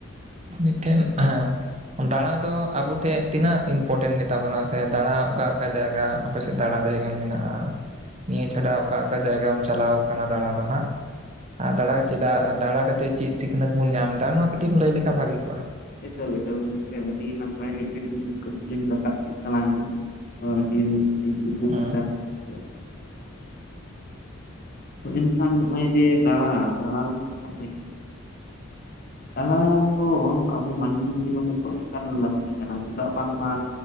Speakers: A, on the right (about 30°); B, on the left (about 45°).
A: ᱢᱤᱫᱴᱮᱱ ᱦᱮᱸ ᱫᱟᱬᱟ ᱫᱚ ᱟᱵᱚ ᱴᱷᱮᱱ ᱛᱤᱱᱟᱹᱜ ᱤᱢᱯᱚᱴᱮᱱ ᱜᱮᱛᱟ ᱵᱚᱱᱟ ᱥᱮ ᱫᱟᱬᱟ ᱚᱠᱟ ᱚᱠᱟ ᱡᱟᱭᱜᱟ ᱟᱯᱮ ᱥᱮᱫ ᱫᱟᱬᱟ ᱡᱟᱭᱜᱟᱱ ᱢᱮᱱᱟᱜ-ᱟ ᱱᱤᱭᱟᱹ ᱪᱷᱟᱰᱟ ᱚᱠᱟ ᱚᱠᱟ ᱡᱟᱭᱜᱟᱢ ᱪᱟᱞᱟᱣ ᱟᱠᱟᱱᱟ ᱫᱟᱬᱟ ᱫᱚ ᱦᱟᱸᱜ ᱟᱨ ᱫᱟᱬᱟ ᱪᱮᱫᱟᱜ ᱫᱟᱬᱟ ᱠᱟᱛᱮᱫ ᱪᱮᱫ ᱥᱤᱠᱷᱱᱟᱹᱛ ᱵᱚᱱ ᱧᱟᱢ ᱮᱫᱟ ᱱᱚᱣᱟ ᱠᱟᱹᱴᱤᱡ ᱮᱢ ᱞᱟᱹᱭ ᱞᱮᱠᱷᱟᱱ ᱵᱷᱟᱹᱜᱤ ᱠᱚᱜ-ᱟ
B: <unintelligible> ᱱᱟᱯᱟᱭ <unintelligible> ᱪᱮᱛ
A: ᱦᱮᱸ
B: <unintelligible> ᱮᱱᱠᱷᱟᱱ ᱱᱚᱜ-ᱚᱭ ᱡᱮ ᱫᱟᱬᱟ ᱫᱟᱬᱟ ᱢᱮᱱ ᱫᱟᱬᱟ ᱫᱚ ᱟᱵᱚ ᱢᱟᱱᱢᱤ ᱡᱤᱭᱚᱱ ᱨᱮᱫᱚ ᱮᱠᱟᱞ ᱞᱟᱜᱛᱤ ᱠᱟᱱᱟ ᱪᱮᱫᱟᱜ ᱵᱟᱝᱢᱟ